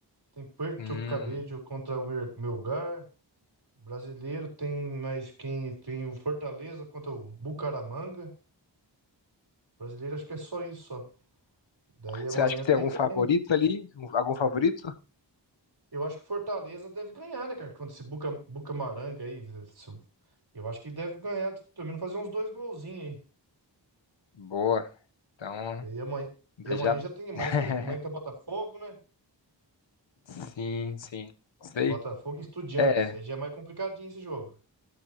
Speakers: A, on the right; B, on the left.
A: Tem Puerto
B: Hum.
A: Cabello contra o Mer- Melgar. Brasileiro tem mais quem? Tem o Fortaleza contra o Bucaramanga. Brasileiro acho que é só isso, só. Daí amanhã
B: Você acha que tem
A: tem
B: algum
A: também,
B: favorito
A: né?
B: ali? Um- Algum favorito?
A: Eu acho que Fortaleza deve ganhar, né, cara? Contra esse Buca, Bucamaranga aí. esse- Eu acho que deve ganhar, pelo menos fazer uns dois golzinhos
B: Boa. Então,
A: aí. E amanhã, e amanhã
B: já
A: já tem, amanhã
B: <laughs>
A: tem, amanhã tem Botafogo, né?
B: Sim, sim. Sei.
A: Botafogo e Estudiantes.
B: É,
A: Aí já é mais complicadinho esse jogo.